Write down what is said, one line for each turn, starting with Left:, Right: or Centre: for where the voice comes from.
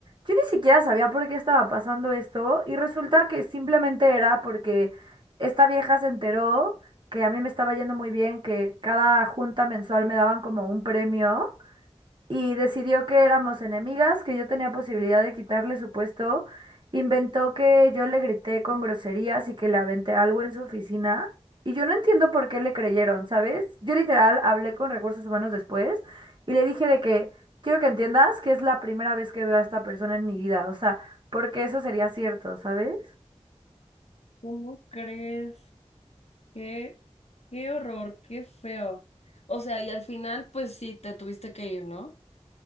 Right: yo ni siquiera sabía por qué estaba pasando esto y resulta que simplemente era porque esta vieja se enteró que a mí me estaba yendo muy bien, que cada junta mensual me daban como un premio y decidió que éramos enemigas, que yo tenía posibilidad de quitarle su puesto. Inventó que yo le grité con groserías y que le aventé algo en su oficina. Y yo no entiendo por qué le creyeron, ¿sabes? Yo literal hablé con recursos humanos después y le dije de que quiero que entiendas que es la primera vez que veo a esta persona en mi vida. O sea, porque eso sería cierto, ¿sabes?
Left: ¿Cómo crees? Qué, qué horror, qué feo. O sea, y al final, pues sí, te tuviste que ir, ¿no?